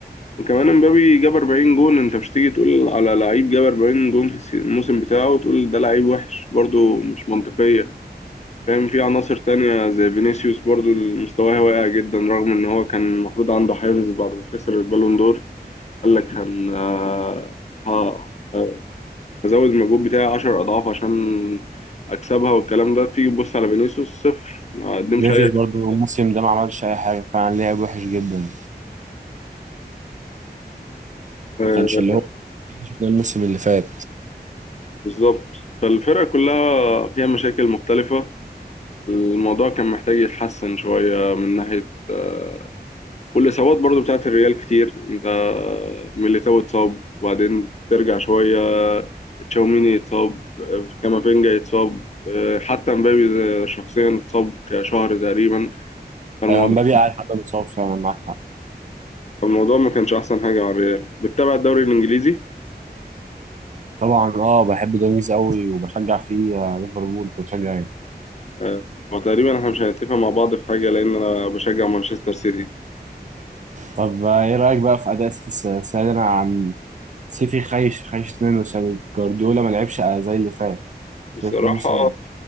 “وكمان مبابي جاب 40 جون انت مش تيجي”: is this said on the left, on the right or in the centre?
Left